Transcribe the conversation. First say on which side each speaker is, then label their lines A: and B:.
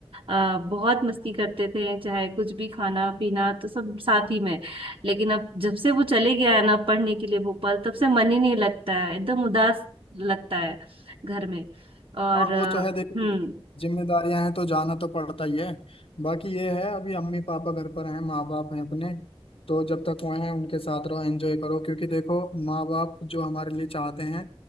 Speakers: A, on the right; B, on the left.
A: आ, बहुत मस्ती करते थे चाहे कुछ भी खाना पीना तो सब साथ ही में लेकिन अब जब से वो चले गया है ना पढ़ने के लिए भोपाल तब से मन ही नहीं लगता है एकदम उदास लगता है घर में और
B: हाँ
A: अ,
B: वो तो है देखो
A: हम्म
B: जिम्मेदारियां हैं तो जाना तो पड़ता ही है बाकी ये है अभी अम्मी पापा घर पर हैं माँ बाप हैं अपने तो जब तक वो हैं उनके साथ रहो एंजॉय करो क्योंकि देखो माँ बाप जो हमारे लिए चाहते हैं